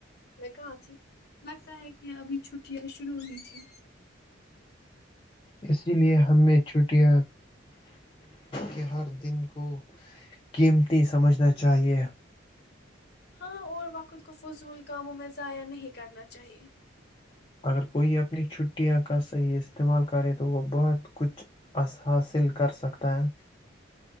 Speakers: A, on the left; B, on the left.
A: میں کہاں تھی لگتا ہے کہ ابھی چھٹیاں شرع ہوئی تھی
B: اسی لے ہمیں چھٹیاں کے ہر دن کو قیمتی سمجھنا چاہیئے
A: ہاں اور وخت کو فضول کاموں میں ضائع نہیں کرنا چاہیے
B: اگر کوئی اپنی چھٹیاں کا صحیح استعمال کرے تو وہ بہت کچھ حاصل کر سکتا ہے